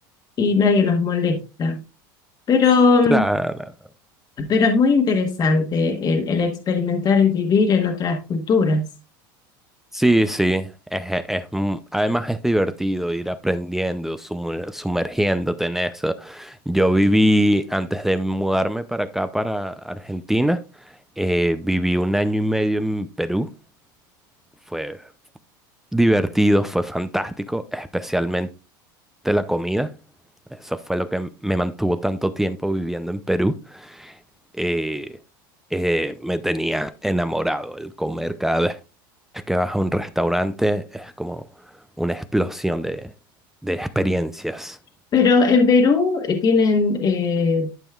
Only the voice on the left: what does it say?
y nadie los molesta. Pero,
mm, pero es muy interesante el, el experimentar el vivir en otras culturas.
Pero en Perú eh, tienen eh,